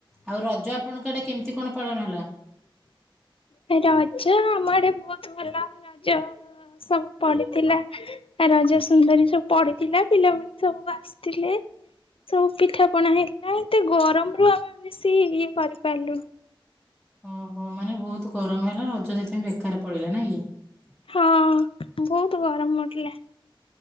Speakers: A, in the centre; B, on the left.
A: ଆଉ ରଜ ଆପଣଙ୍କ ଆଡ଼େ କେମିତି କଣ ପାଳନ ହେଲା?
B: ରଜ ଆଡେ ବହୁତ ଭା ରାଜା ସବୁ ପଢିଥିଲା ରଜ ସୁନ୍ଦରୀ ସବୁ ପଢିଥିଲା ପିଲା ମାନେ ସବୁ ଆସିଥିଲେ। ସବୁ ପିଠା ପଣା ହେଇଥିଲା ଏତେ ଗରମ ରୁ ଆମେ ବେଶୀ ଇଏ କରିପାରିଲୁ।
A: ଓହୋ ମାନେ ବହୁତ ଗରମ ହେଲା ରଜ ସେଥିପାଇଁ ବେକାର ପଡିଲା ନାଇଁ କି।
B: ହଁ ବହୁତ ଗରମ ହଉଥିଲା।